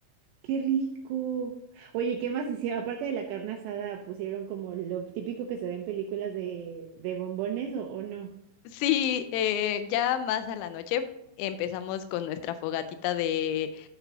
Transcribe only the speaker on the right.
Qué rico. Oye, ¿qué más hicieron? Aparte de la carne asada, pusieron como lo típico que se ve en películas de, de bombones o, o no.